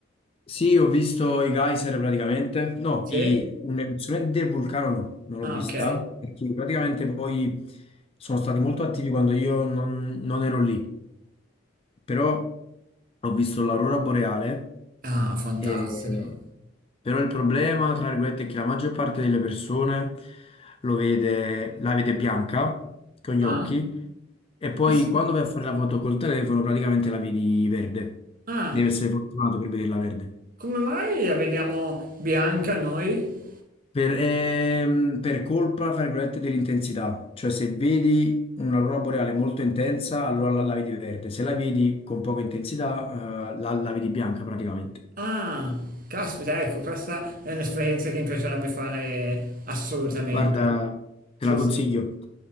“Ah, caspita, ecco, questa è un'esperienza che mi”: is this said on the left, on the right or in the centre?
Right